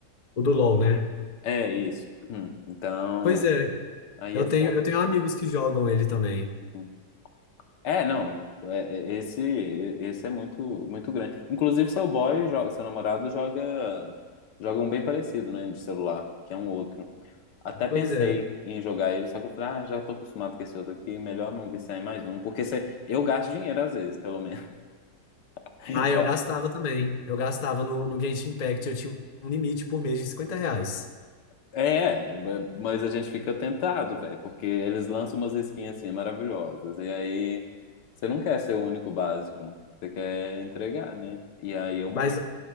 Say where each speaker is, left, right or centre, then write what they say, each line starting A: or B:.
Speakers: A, on the left (about 45°); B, on the left (about 80°).
A: O do LoL, né?
B: É isso. Hum, Então,
A: Pois é,
B: aí
A: eu
B: é foda.
A: tenho, eu tenho amigos que jogam ele também.
B: Hum. É, não. é- é- Esse, esse é muito, muito grande. Inclusive, seu boy joga, seu namorado joga, joga um bem parecido, né, de celular, que é um outro. Até pensei
A: Pois é.
B: em jogar ele, só que eu falei, ah, já tô acostumado com esse outro aqui, melhor não viciar em mais um, porque você, eu gasto dinheiro às vezes, pelo menos. <laughs>
A: Ah, eu gastava também. Eu gastava no, no Genshin Impact. Eu tinha um limite por mês de cinquenta reais.
B: É, é, ba- mas a gente fica tentado, velho, porque eles lançam umas skins assim maravilhosas, e aí você não quer ser o único básico, você quer entregar, né? E aí eu
A: Mas
B: bato.